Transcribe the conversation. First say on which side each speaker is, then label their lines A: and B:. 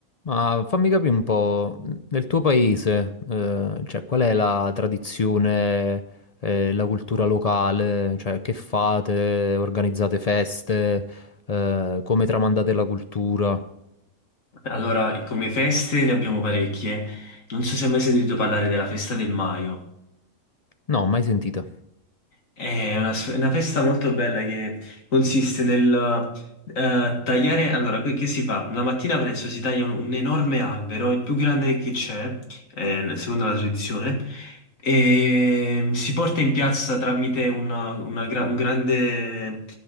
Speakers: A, on the left; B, on the left.
A: Ma fammi capire un po', nel tuo paese, eh, cioè, qual è la tradizione, eh, la cultura locale? Cioè, che fate? Organizzate feste? Eh, come tramandate la cultura?
B: Allora, come feste ne abbiamo parecchie. Non so se hai mai sentito parlare della festa del Maio.
A: No, mai sentita.
B: È una, s- una festa molto bella che consiste nel eh, tagliare. Allora, que- che si fa? La mattina presto si taglia un, un enorme albero, il più grande che c'è, eh, secondo la tradizione, e si porta in piazza tramite una- una gra- un grande,